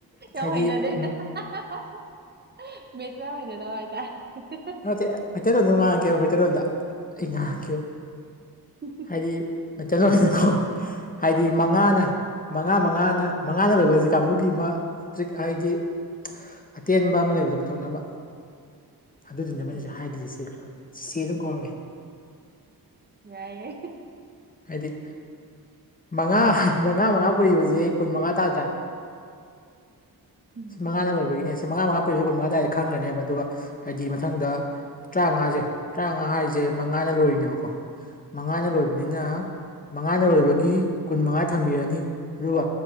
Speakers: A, on the left; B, on the right.
A: ꯍꯥꯏꯗꯤ
B: ꯌꯥꯝ ꯍꯩꯅꯗꯦ
A: ꯎꯝ
B: <unintelligible> ꯍꯩꯅꯗꯕ ꯍꯏ ꯇꯥꯏꯔꯦ
A: ꯅꯠꯇꯦ ꯃꯩꯇꯩꯂꯣꯟꯗꯥ ꯉꯥꯡꯀꯦꯕ ꯃꯩꯇꯩꯂꯣꯟꯗ ꯑꯩ ꯉꯥꯡꯀꯦ
B: ꯎꯝ
A: ꯍꯥꯏꯗꯤ ꯃꯩꯇꯩ ꯂꯣꯟꯗꯀꯣ ꯍꯥꯏꯗꯤ ꯃꯉꯥꯅ ꯃꯉꯥ ꯃꯉꯥꯅ ꯃꯉꯥꯗ ꯂꯣꯏꯕ ꯍꯥꯏꯁꯦ ꯀꯥꯡꯕꯨꯒꯤ ꯑꯃ ꯇ꯭ꯔꯤꯛ ꯍꯥꯏꯗꯤ ꯑꯇꯦꯟꯕ ꯑꯃ ꯂꯩꯕꯗꯣ ꯄꯨꯊꯣꯛꯅꯕ ꯑꯗꯨꯗꯨꯅꯦ
B: ꯎꯝ
A: ꯃꯣꯏꯅꯁꯨ
B: ꯎꯝ
A: ꯍꯥꯏꯗꯗꯤ ꯁꯦ ꯀꯩꯅꯣ ꯆꯦ ꯑꯗꯨꯝ ꯀꯧꯔꯒꯦ
B: ꯌꯥꯏꯌꯦ
A: ꯇꯤꯛ ꯃꯉꯥ ꯃꯉꯥ ꯃꯉꯥ ꯄꯨꯔꯤꯕꯁꯦ ꯀꯨꯟ ꯃꯉꯥ ꯇꯥꯗ꯭ꯔꯥ
B: ꯎꯝ
A: ꯁꯤ ꯃꯉꯥꯗ
B: ꯎꯝ
A: ꯂꯣꯏꯕꯒꯤꯅꯦ ꯁꯤ ꯃꯉꯥ ꯃꯉꯥ ꯄꯨꯁ ꯀꯨꯟ ꯃꯉꯥ ꯇꯥꯔꯗꯤ ꯈꯪꯒꯅꯦꯕ ꯑꯗꯨꯒ ꯍꯥꯏꯗꯤ ꯃꯊꯪꯗ ꯇꯔꯥꯉꯥꯖꯦ ꯇꯔꯥꯉꯥ ꯍꯥꯏꯖꯦ ꯃꯉꯥꯅ ꯂꯣꯏꯔꯤꯅꯦꯕꯀꯣ ꯃꯉꯥꯅ ꯂꯣꯏꯕ
B: ꯑꯥ ꯑꯥ
A: <unintelligible> ꯃꯉꯥꯅ ꯒꯤ ꯀꯨꯟꯃꯉꯥ ꯊꯝꯕꯤꯔꯅꯤ ꯑꯗꯨꯒ